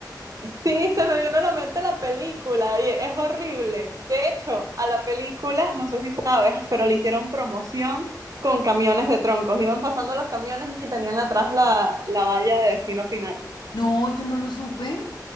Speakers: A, on the right; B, on the left.
A: sí, se me viene a la mente la película y es horrible. De hecho, a la película, no sé si sabes, pero le hicieron promoción con camiones de troncos, iban pasando los camiones y tenían atrás la, la valla de destino final.
B: No, yo no lo supe.